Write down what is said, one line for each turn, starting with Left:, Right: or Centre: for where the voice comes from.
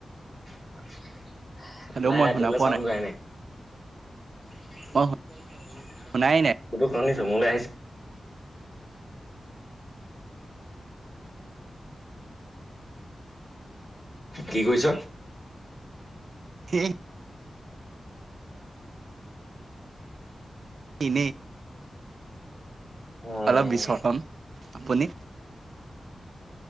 Left: <unintelligible>
Right: hello
Left: নাই।
Right: মই শুনা
Left: তোৰলে
Right: পোৱা
Left: চাউন যোৱাই নাই। <unintelligible>
Right: মই
Left: <unintelligible>
Right: শুনাই নাই।
Left: <unintelligible> মোলে আহিছে। কি কৈছ?
Right: <unintelligible> ইনে
Left: উম
Right: অলপ বিচৰতন আপুনি?